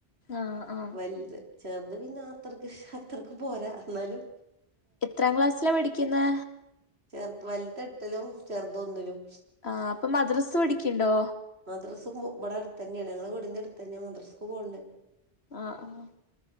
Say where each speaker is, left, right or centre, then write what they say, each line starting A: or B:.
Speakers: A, on the left (about 80°); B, on the right (about 80°).
A: ആഹ് ആഹ്
B: വലുത് ചെറുത് പിന്നെ അത്രക്ക് അത്രക്ക് പോരാ എന്നാലും
A: എത്രാം ക്ലാസ്സിലാ പഠിക്കുന്നേ
B: ചെറു വലത് എട്ടിലും ചെറുതൊന്നിലും
A: ആ അപ്പൊ മദ്രസ് പടിക്കണ്ടോ
B: മദ്രസും ഇവിടെ അടുത്ത തന്നെയാ ഞങ്ങളെ വീടിന്റെ അടുത്ത തന്നെയാ മദ്രസക്ക് പോകണ്ട്.
A: ആ ആ